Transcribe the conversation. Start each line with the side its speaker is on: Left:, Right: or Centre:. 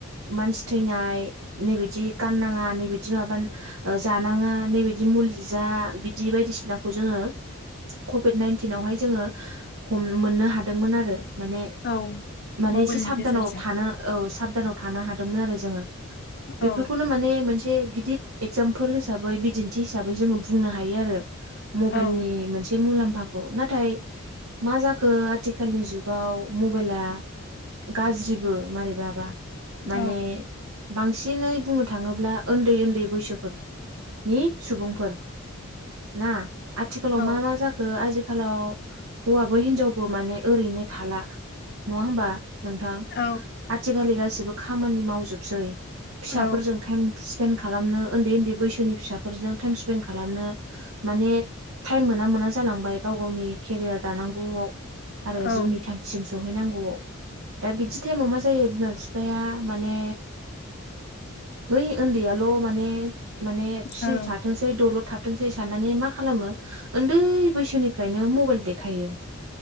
Right: मानसि थैनाय नैबादि गाननाङा नैबदि माबा ओ जानाङा नैबेदि मुलि जा बिदि बायदिसिना खौ जोङो कभिड नाइन्टिनावहाय जोङो हमनो मोननो हादोंमोन आरो माने
Left: औ
Right: माने
Left: मबाइलनि
Right: एसे साबधानाव
Left: गेजेरजों
Right: थानो औ साबधानाव थानो हादोंमोन आरो जोङो
Left: औ
Right: बेफोरखौनो माने मोनसे से गिदद एगजामपोल हिसाबै बिदिन्थि हिसाबै जोङो बुंनो हायो आरो। मबाइलनि
Left: औ
Right: मोनसे बसे मुलाम्फाखौ नाथाय मा जाखो आथिखालनि जुगाव मबाइला गाज्रिबो मारैबाबा माने
Left: औ
Right: बांसिनै बुंनो थाङोब्ला उन्दै उन्दै बैसोफोर नि सुबुंफोर ना आथिखालाव
Left: औ
Right: मा मा जाखो आजिखालाव हौवाबो हिनजावबो माने ओरैनो थाला। नङा होमबा? नोंथां
Left: औ
Right: आथिखालि गाैबो खामानि मावजोबसै फिसाफोरजों
Left: औ
Right: टाइम फिस पेन खालामनो उन्दै उन्दै बैसोनि फिसाफोरजों टाइम स्पेन्दड खालामनो माने टाइम मोना मोना जालांबाय गाव गावनि केरियार दानांगौआव। आरो
Left: औ
Right: जिउनि थांखिसिम सहैनांगौआव। दा बिदि टाइमाव मा जायो बिमा बिफाया माने बै ओन्दैयाल' माने माने सिरि
Left: औ
Right: थाथोंसै
Left: औ
Right: दलर थाथोंसै साननानै मा खालामो? उन्दै बैसोनिफ्रायनो मबाइल देखायो